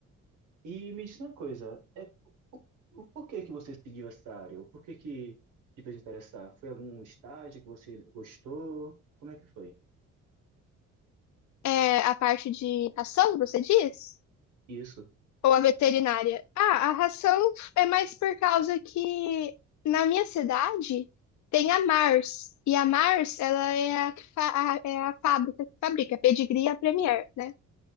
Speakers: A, on the right; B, on the left.
A: E me diz uma coisa, é, o, o porquê que você seguiu essa área? O porquê que te fez interessar? Foi algum estágio que você gostou? Como é que foi?
B: É, a parte de ração, você diz?
A: Isso.
B: Ou a veterinária? Ah, a ração é mais por causa que na minha cidade tem a Mars. E a Mars, ela é a, que fa- a- é a fábrica que fabrica pedigree e a Premier, né?